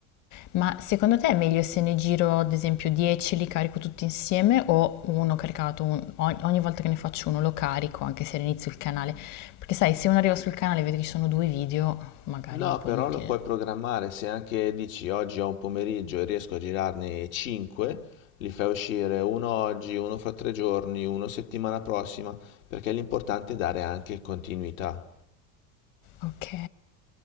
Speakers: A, on the left (about 50°); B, on the left (about 85°).
A: Ma secondo te è meglio se ne giro ad esempio 10, li carico tutti insieme o uno caricato, un- ogni ogni volta che ne faccio uno lo carico anche se all'inizio il canale? Perché sai, se uno arriva sul canale e vede che ci sono due video, magari
B: No,
A: è un po'
B: però
A: inutile.
B: lo puoi programmare se anche dici oggi ho un pomeriggio e riesco a girarne 5, li fai uscire uno oggi, uno fra tre giorni, uno settimana prossima, perché l'importante è dare anche continuità.
A: Ok,